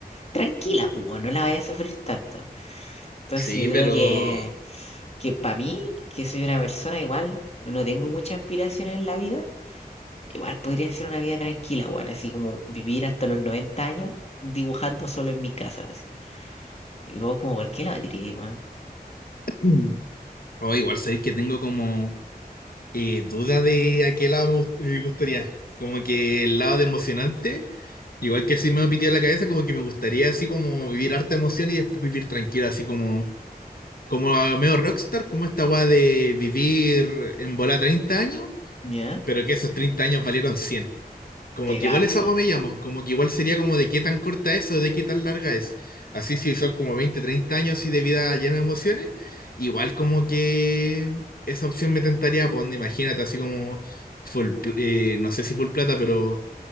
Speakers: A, on the left (about 40°); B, on the left (about 65°).
A: tranquila, pues, weón, no la vaya a sufrir tanto. Entonces
B: Sí,
A: yo
B: pero...
A: creo que, que para mí, que soy una persona igual, no tengo muchas aspiraciones en la vida Igual podría ser una vida tranquila, weón, así como vivir hasta los 90 años dibujando solo en mi casa, así. Y vos como, ¿por qué la batería, weón?
B: Mm. Oh, igual sabéis que tengo como... eh, duda de a qué lado me, gust- me gustaría. Como que el lado de emocionante, igual que si me pitió la cabeza, como que me gustaría así como vivir harta emoción y después vivir tranquilo, así como, como a medio rockstar, como esta weá de vivir en bola 30 años,
A: ¿Ya?
B: pero que esos 30 años valieron cien como
A: Te
B: que
A: capta.
B: igual esa agua me llamo, como que igual sería como de qué tan corta es o de qué tan larga es. Así si son como 20 30 años así de vida llena de emociones, igual como que esa opción me tentaría, pues imagínate, así como full, pl- eh, no sé si full plata, pero